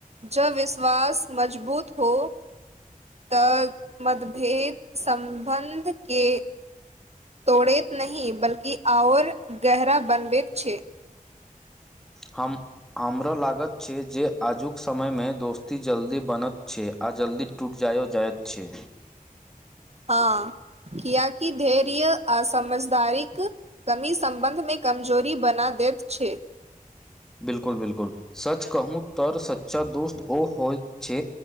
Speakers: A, on the right; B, in the centre.
A: जऽ विश्वास मजबूत हो तऽ मतभेद सम्बन्ध के तोड़ैत नहि बल्कि आओर गहरा बनबैत छै।
B: हम हमरा लागत छै जे आजुक समयमे दोस्ती जल्दी बनत छै आ जल्दी टूटि जाओ जाइत छै।
A: हँ, किएकि धैर्य आ समझदारीक कमी सम्बन्धमे कमजोरी बना दैत छै।
B: बिल्कुल बिल्कुल, सच कहूं तऽर सच्चा दोस्त ओ होइत छै